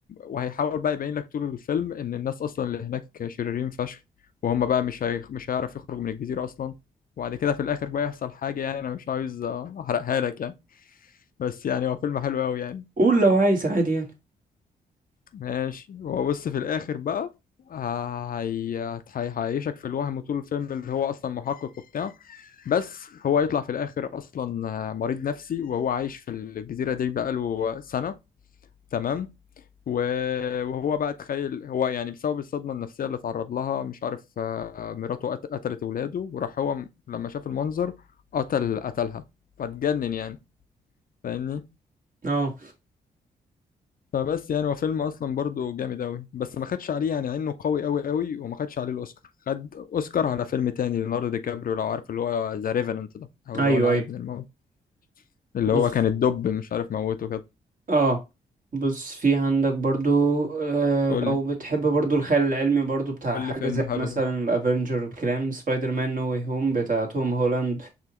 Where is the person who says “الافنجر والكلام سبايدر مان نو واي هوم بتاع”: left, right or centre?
Right